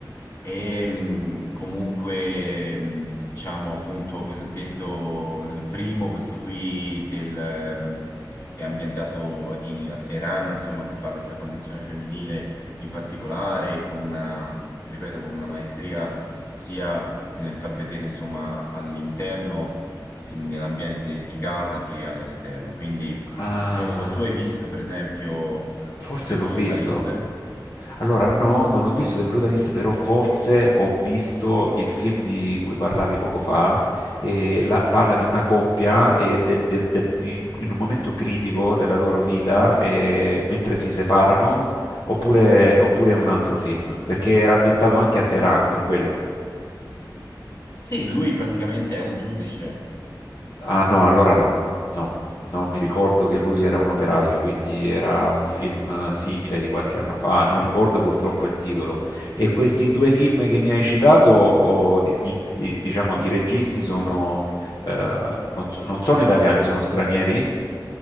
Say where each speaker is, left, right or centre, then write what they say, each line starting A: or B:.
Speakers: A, on the left (about 45°); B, on the left (about 65°).
A: E mh, comunque, mh, diciamo appunto, come ti ho detto, il primo, questo qui del, mhmm, che è ambientato in- a Teheran, insomma, che parla della condizione femminile in particolare, con una, ripeto, con una maestria sia nel far vedere, insomma, all'interno, in- nell'ambiente di casa che all'esterno. Quindi,
B: Ah.
A: non lo so, tu hai visto, per esempio,
B: Forse
A: The
B: l'ho
A: Brutalist?
B: visto. Allora no, non l'ho visto The Brutalist, però forse ho visto il film di cui parlavi poco fa, e la parla di una coppia e de del del in in un momento critico della loro vita, ehm, mentre si separano, oppure oppure è un altro film, perché era ambientato anche a Teheran, per quello.
A: Sì, lui praticamente è un giudice.
B: Ah no, allora no, no, no, mi ricordo che lui era un operaio, quindi era un film eh, simile di qualche anno fa, non ricordo purtroppo il titolo. E questi due film che mi hai citato, o di- gli int- i- diciamo, i registi sono, eh, non, so- non sono italiani, sono stranieri?